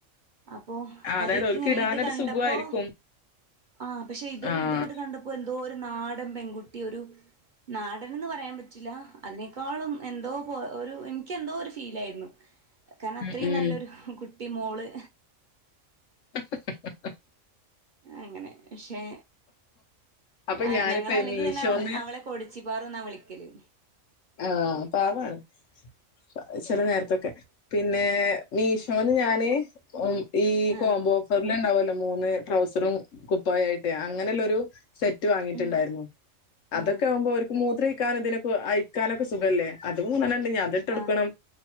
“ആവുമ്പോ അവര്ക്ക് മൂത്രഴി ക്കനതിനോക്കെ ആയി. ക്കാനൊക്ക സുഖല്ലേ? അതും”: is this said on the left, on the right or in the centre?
Left